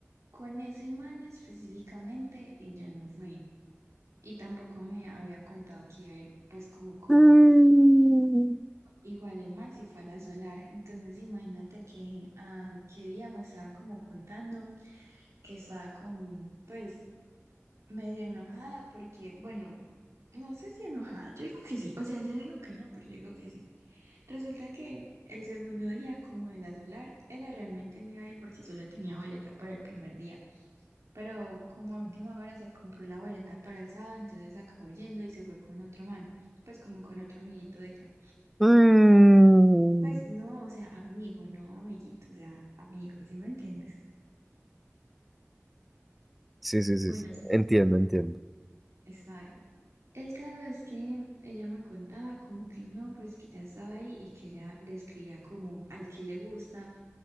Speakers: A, on the right; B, in the centre.
A: Con ese man específicamente ella no fue y tampoco me había contado que iba a ir pues como con
B: Mm,
A: él. Igual el man sí fue a la solar, entonces imagínate que ah, qué día me estaba como contando que estaba como pues medio enojada porque bueno, no sé si enojada, yo digo que sí, o sea, yo digo que no, pero yo digo que sí. Resulta que el segundo día como de la solar, ella realmente no iba a ir porque solo tenía boleta para el primer día. pero como a última hora se compró la boleta para el sábado, entonces acabó yendo y se fue con otro man, pues como con otro amiguito de ella.
B: mm.
A: Pues no, o sea, amigo, no amiguito, o sea, amigo, ¿sí me entiendes?
B: Sí, sí, sí,
A: Bueno,
B: sí.
A: sí,
B: Entiendo, entiendo.
A: está bien. El caso es que ella me contaba como que no, pues que ya estaba ahí y que ella le escribía como al que le gusta